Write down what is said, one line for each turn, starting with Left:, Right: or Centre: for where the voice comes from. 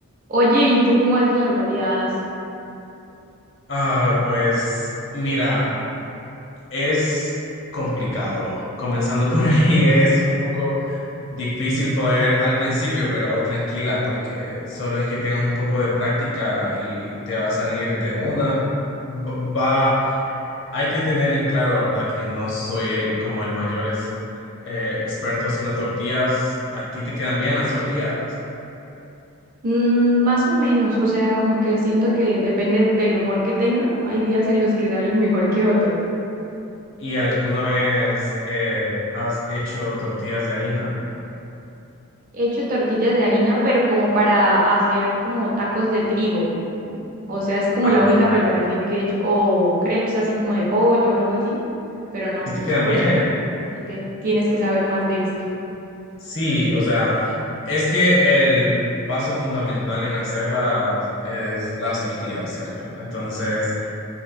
Right: Oye, ¿y tú cómo haces las baleadas?
Left: Ah, pues mira, es complicado. Comenzando por <laughs> ahí es un poco difícil poder al principio, pero tranquila, porque solo es que tengas un poco de práctica y te va a salir de una. B- Va, hay que tener en claro, ¿verdad? Que no soy el como el mayor es- eh, experto haciendo tortillas. A ti te quedan bien las tortillas.
Right: Mm, más o menos, o sea, como que siento que depende del humor que tenga. Hay días en los que salen mejor que otros.
Left: ¿Y alguna vez eh, has hecho tortillas de harina?
Right: He hecho tortillas de harina, pero como para hacer como tacos de trigo. O sea, es como
Left: Ah,
Right: la única
Left: ok.
Right: preparación
Left: Bueno,
Right: que he hecho. O crepes así como de pollo, algo así. Pero no,
Left: Sí te quedan
Right: por
Left: bien.
Right: eso te pregunto a ti que tienes que saber más de esto.
Left: Sí, o sea, es que el paso fundamental en hacerlas es las tortillas, ¿cierto? Entonces,